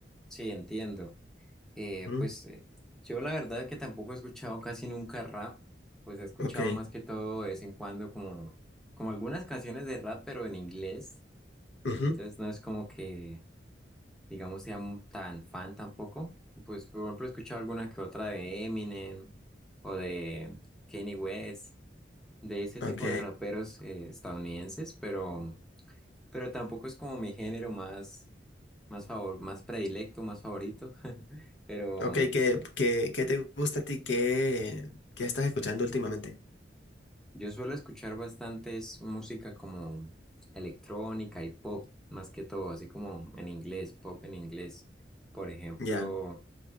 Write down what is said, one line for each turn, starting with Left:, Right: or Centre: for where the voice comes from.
Centre: sí, entiendo. Eh,
Left: Ujú.
Centre: pues eh, yo la verdad que tampoco he escuchado casi nunca rap, pues he escuchado
Left: Ok.
Centre: más que todo de vez en cuando como, como algunas canciones de rap, pero en inglés,
Left: Ujú.
Centre: entonces no es como que, digamos, sea mu- tan fan tampoco, pues por ejemplo he escuchado alguna que otra de Eminem o de Kanye West, de ese
Left: Ok.
Centre: tipo de raperos eh, estadounidenses, pero, pero tampoco es como mi género más, más favor, más predilecto, más favorito. <laughs> Pero,
Left: Ok, ¿qué, qué, qué te gusta a ti? ¿Qué, qué estás escuchando últimamente?
Centre: Yo suelo escuchar bastantes música como electrónica y pop, más que todo, así como en inglés, pop en inglés. Por ejemplo,
Left: Ya,